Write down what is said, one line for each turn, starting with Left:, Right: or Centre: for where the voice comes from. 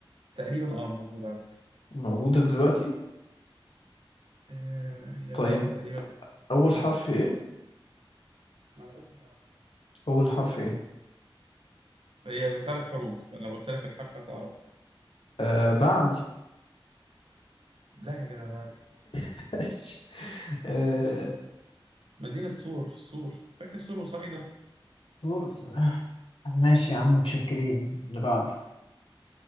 Right: تقريبا اه موجودة على فكرة
Left: موجودة دلوقتي
Right: آه، هي
Left: طيب
Right: اه تقريبا
Left: أول
Right: اه
Left: حرف إيه؟
Right: ما انا قلت هتعرف
Left: أول حرف
Right: <laughs>
Left: إيه؟
Right: هي من ثلاث حروف انا قلت لك الحرف هتعرف
Left: أه بعل
Right: لا يا جدع بعد إيه؟
Left: <laughs> أه
Right: مدينة سور سور فاكر سور وصيدا
Left: صور- آه، ماشي يا عم متشكرين اللي بعده